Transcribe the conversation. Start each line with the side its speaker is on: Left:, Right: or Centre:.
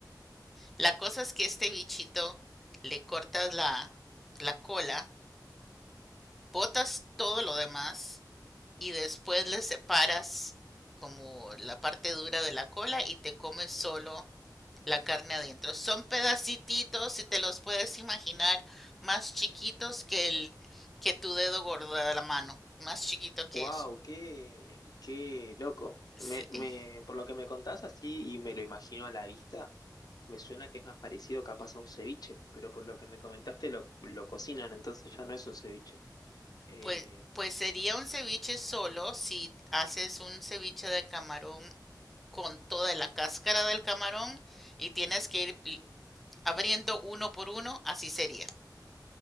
Centre: La cosa es que este bichito le cortas la, la cola, botas todo lo demás y después le separas como la parte dura de la cola y te comes solo la carne adentro. Son pedacititos, si te los puedes imaginar, más chiquitos que el que tu dedo gordo de la mano, más chiquito que
Left: Wow,
Centre: eso.
Left: qué, qué loco.
Centre: Sí.
Left: Me, me, por lo que me contás así y me lo imagino a la vista. Me suena que es más parecido capaz a un ceviche, pero por lo que me comentaste lo, lo cocinan, entonces ya no es un ceviche. Eh,
Centre: Pues, pues sería un ceviche solo si haces un ceviche de camarón con toda la cáscara del camarón y tienes que ir abriendo uno por uno, así sería,